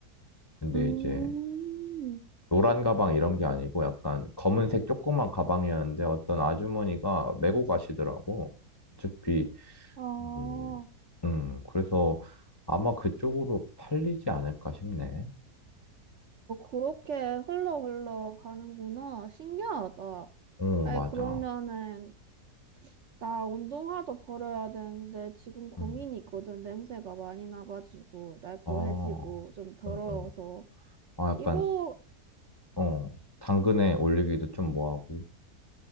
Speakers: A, on the left; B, on the right.
A: 근데
B: 음.
A: 이제 노란 가방 이런 게 아니고 약간 검은색 조그만 가방이었는데 어떤 아주머니가 메고 가시더라고. 어차피
B: 아, 어,
A: 뭐, 음, 그래서 아마 그쪽으로 팔리지 않을까 싶네.
B: 그렇게 흘러 흘러 가는구나. 신기하다.
A: 어,
B: 아니,
A: 맞아.
B: 그러면은 나 운동화도 버려야 되는데 지금 고민이
A: 음.
B: 있거든. 냄새가 많이 나가지고 낡고
A: 아, 어,
B: 해지고 좀 더러워서.
A: 어. 아, 약간,
B: 이거
A: 어, 당근에 올리기도 좀 뭐하고.